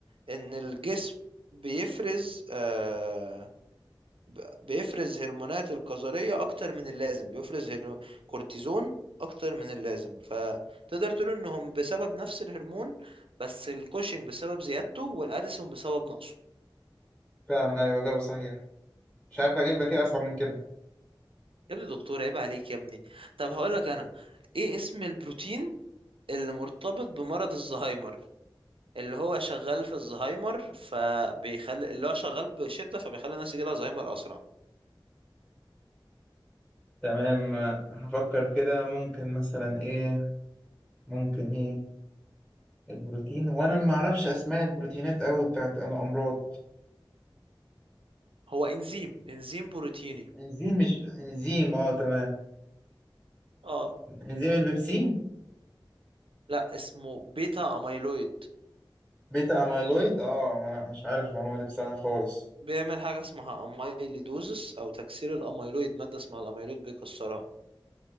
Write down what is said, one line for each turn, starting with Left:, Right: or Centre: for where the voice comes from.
Right: إن الجسم بيفرز آه، ب- بيفرز هرمونات الكظرية أكتر من اللازم بيفرز هرم- كورتيزون أكتر من اللازم فتقدر تقول إنهم بسبب نفس الهرمون بس الكوشنج بسبب زيادته والأديسون بسبب نقصه
Centre: فعلا ايوه اجابه صحيحه مش عارف اجيب لك ايه اصعب من كده
Right: يا ابني دكتور عيب عليك يا ابني طب هقول لك انا ايه اسم البروتين اللي مرتبط بمرض الزهايمر اللي هو شغال في الزهايمر فبيخلي اللي هو شغال بشدة فبيخلي الناس يجيلها زهايمر اسرع
Centre: تمام آه، هفكر كده ممكن مثلا ايه ممكن ايه البروتين وانا ما اعرفش اسماء البروتينات قوي بتاعت الامراض
Right: هو انزيم انزيم بروتيني
Centre: انزيم مش انزيم اه تمام
Right: اه
Centre: انزيم البيبسين
Right: لا اسمه بيتا اميلويد
Centre: بيتا اميلويد اه ما مش عارف المعلومه دي بصراحه خالص
Right: بيعمل حاجة اسمها اميليدوزس او تكسير الاميلويد مادة اسمها الاميلويد بيكسرها